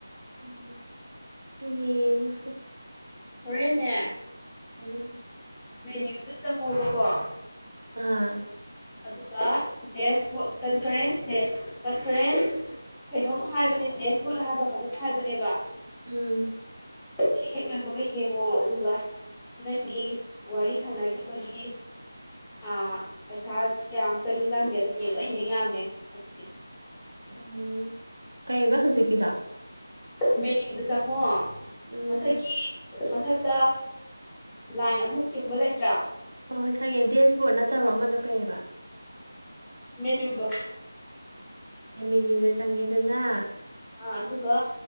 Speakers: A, on the right; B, in the centre.
A: ꯎꯝ ꯌꯦꯡꯉꯁꯦ
B: ꯍꯔꯦꯟꯅꯦ
A: ꯎꯝ
B: ꯃꯦꯅ꯭ꯌꯨꯗꯨ ꯆꯪꯉꯣꯕꯀꯣ
A: ꯑꯥ
B: ꯑꯗꯨ ꯗꯦꯁꯕꯣꯗ ꯀꯟꯐꯔꯦꯟ꯭ꯁ ꯗꯦ ꯀꯟꯐꯔꯦꯟꯁ ꯀꯩꯅꯣꯝ ꯍꯥꯏꯕꯅꯦ ꯗꯦꯁꯕꯣꯠ ꯍꯥꯏꯕ ꯀꯩꯅꯣꯝ ꯍꯥꯏꯕꯅꯦꯕ
A: ꯎꯝ
B: ꯁꯤ ꯍꯦꯛ ꯂꯣꯏꯕꯒ ꯌꯦꯡꯉꯣ ꯑꯗꯨꯒ ꯅꯪꯒꯤ ꯋꯥꯔꯤ ꯁꯥꯟꯅꯈꯤꯕꯒꯤ ꯑ ꯄꯩꯁꯥ ꯀꯌꯥꯝ ꯆꯪꯏ ꯆꯪꯗꯦꯗꯣ ꯌꯦꯡ ꯂꯣꯏ ꯌꯦꯡ ꯌꯥꯝꯅꯦ ꯑꯗꯨꯗꯤ
A: ꯎꯝ ꯀꯩꯕ ꯍꯧꯖꯤꯛꯀꯤꯗꯣ
B: ꯃꯦꯅ꯭ꯌꯨꯗ ꯆꯡꯉꯣ
A: ꯎꯝ
B: ꯃꯊꯛꯀꯤ ꯃꯊꯛꯇ ꯂꯥꯏꯟ ꯑꯍꯨꯝ ꯆꯤꯡꯕ ꯂꯩꯇ꯭ꯔꯥ
A: ꯍꯣꯏ ꯍꯣꯏ ꯈꯪꯉꯦ ꯗꯦꯁꯕꯣꯔꯗ ꯅꯠꯇꯕ ꯑꯃꯗꯣ ꯀꯩꯑꯕ
B: ꯃꯦꯅ꯭ꯌꯨꯗꯣ
A: ꯃꯦꯅ꯭ꯌꯨꯗ ꯆꯪꯉꯦꯗꯅ
B: ꯑ ꯑꯗꯨꯒ